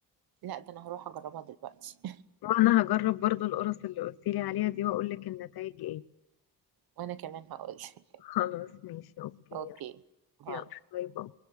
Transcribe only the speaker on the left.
وانا هجرب برضو القرص اللي قلتيلي عليها دي واقول لك النتائج ايه <laughs>
خلاص ماشي اوكي
يلا باي باي